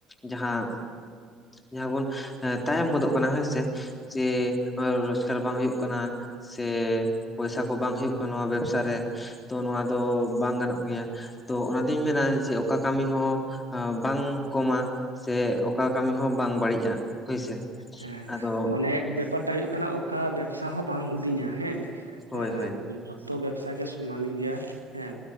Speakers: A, on the left (about 20°); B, on the right (about 80°).
A: ᱡᱟᱦᱟᱸ᱾ ᱡᱟᱦᱟᱸ ᱵᱚᱱ ᱛᱟᱭᱚᱢ ᱜᱚᱫᱚᱜ ᱠᱟᱱᱟ ᱦᱮᱸᱥᱮ ᱡᱮ ᱨᱳᱡᱜᱟᱨ ᱵᱟᱝ ᱦᱩᱭᱩᱜ ᱠᱟᱱᱟ᱾ ᱥᱮ ᱯᱚᱭᱥᱟ ᱠᱚ ᱵᱟᱝ ᱦᱩᱭᱩᱜ ᱠᱟᱱᱟ ᱱᱚᱣᱟ ᱵᱮᱵᱥᱟ ᱨᱮ ᱛᱚ ᱱᱚᱣᱟ ᱫᱚ ᱵᱟᱝ ᱜᱟᱱᱚᱜ ᱜᱮᱭᱟ᱾ ᱛᱚ ᱚᱱᱟ ᱫᱚᱧ ᱢᱮᱱᱟ ᱡᱮ ᱚᱠᱟ ᱠᱟᱹᱢᱤ ᱦᱚᱸ ᱵᱟᱝ ᱠᱚᱢᱟ ᱥᱮ ᱚᱠᱟ ᱠᱟᱹᱢᱤ ᱦᱚᱸ ᱵᱟᱝ ᱵᱟᱹᱲᱤᱡᱼᱟ ᱦᱳᱭᱥᱮ᱾
B: ᱦᱮᱸ
A: ᱟᱫᱚ
B: ᱢᱟᱱᱮ ᱵᱮᱯᱟᱨᱴᱟᱜ ᱦᱩᱭᱩᱜ ᱠᱟᱱᱟ ᱚᱠᱟ ᱵᱮᱵᱥᱟ ᱦᱚᱸ ᱵᱟᱝ ᱦᱩᱰᱤᱧᱟ ᱦᱮᱸ
A: ᱦᱳᱭ
B: ᱟᱨ
A: ᱦᱳᱭ
B: ᱡᱚᱛᱚ ᱵᱮᱵᱥᱟ ᱜᱮ ᱥᱚᱢᱟᱱ ᱜᱮᱭᱟ ᱦᱮᱸ᱾